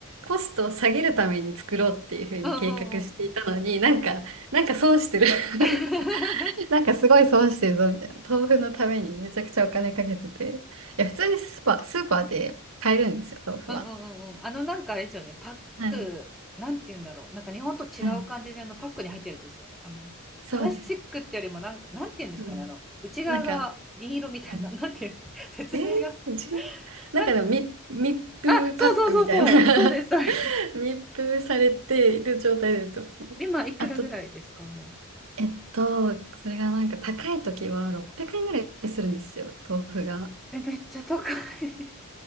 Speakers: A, on the right; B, in the centre.
A: コストを下げるために作ろうっていうふうに計画していたのに、
B: <laughs> うんうんうん。
A: なんか、なんか損してる <laughs>
B: <laughs>
A: なんかすごい損してるぞみたいな。豆腐のためにめちゃくちゃお金かけてて。いや、普通にスーパー、スーパーで買えるんですよ、豆腐は。
B: うんうんうんうん。あの、なんかあれですよね、パック、
A: はい、
B: なんて言うんだろう。なんか日本と違う感じで、
A: はい。
B: あの、パックに入ってるやつですよね。あの、
A: そうです。
B: プラスチックってよりも、なんか、なんて言うんですかね、
A: うん。
B: あの、内側が銀色みたいな、
A: なんか、はい。
B: <laughs> なんていう、<laughs> 説明が。
A: えー、違う。なんかでも密、
B: なん、
A: 密封パックみたいな
B: あ、そうそうそうそう、そうです、そうです。
A: <laughs> 密封されている状態で売ってますね。
B: 今、いくらぐらいですか、
A: あと
B: あれ。
A: えっと、それがなんか高い時は600円ぐらいするんですよ、豆腐が。
B: え、めっちゃ高い。